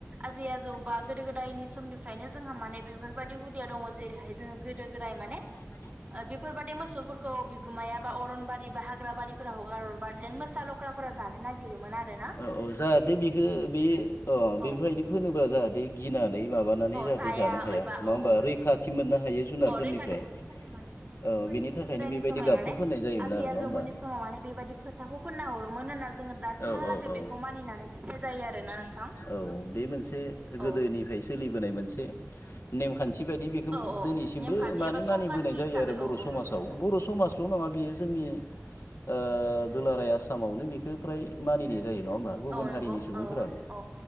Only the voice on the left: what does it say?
गोदायनि समनिफ्रायनो जोंहा माने बेफोरबायदि हुदाया दङ
औ औ जाहाथे बिखो बि अ बेफोरबायदि
फोनोबा जाहाथे गिनानै माबानानै
जाहा
थे जानो हाया
नङा
होमबा
रैखाथि मोननो हायो जुनारफोरनिफ्राय
औ बेनि
थाखायनो
बेबायदि
गाबखौ
फोननाय जायोमोन
आरो
नङा होमबा
औ औ औ
औ बे मोनसे गोदोनिफाय
सोलिबोनाय मोनसे नेमखान्थि बादि बे खौ
दोनैसिमबो
मानो
मानिबोनाय
जायो
आरो बर'
समाजाव
बर' समाजल' नंङा बियो जोंनि ओ दुलाराय आसामावनो बेखो फ्राय मानिनाय जायो नङा होमबा? गुबुन
हारिनि सुबुंफोराबो